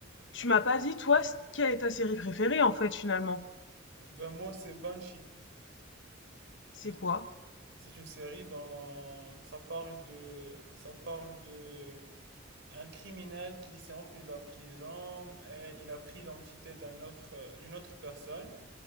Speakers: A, on the left (about 65°); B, on the right (about 65°).
A: Tu m'as pas dit, toi, c- quelle est ta série préférée, en fait, finalement?
B: Ben, moi, c'est Banshee.
A: C'est
B: Je-
A: quoi?
B: C'est une série dans, ça parle de, ça parle de Un criminel qui s'est enfui de la prison et il a pris l'identité d'un autre, euh, d'une autre personne.